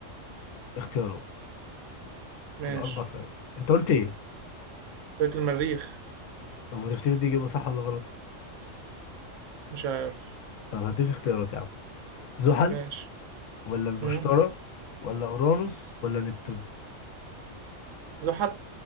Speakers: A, on the left; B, on the right.
A: اختيارات
B: ماشي
A: الأربع خيارات أنت قلت إيه؟
B: فاكر المريخ
A: طب وتفتكر دي إجابة صح ولا غلط؟
B: مش عارف
A: طب هديك اختيارات يا عم زحل
B: ماشي
A: ولا المشتري
B: مم.
A: ولا أورانوس ولا نبتون؟
B: زحل